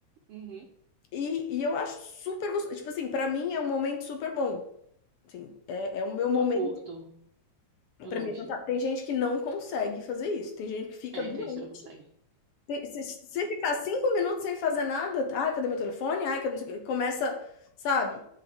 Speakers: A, on the right; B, on the left.
A: Uhum.
B: E, e eu acho super gostoso, tipo assim, pra mim é um momento super bom. Sim, é, é o meu momento,
A: Eu curto. Eu
B: pra
A: gosto.
B: mim é fantástico. Tem gente que não consegue fazer isso, tem gente que fica
A: É,
B: doente.
A: tem gente que não consegue.
B: Tem- Se, se se ficar cinco minutos sem fazer nada, ai, cadê meu telefone? Ai, cadê, não sei o quê?" começa, sabe?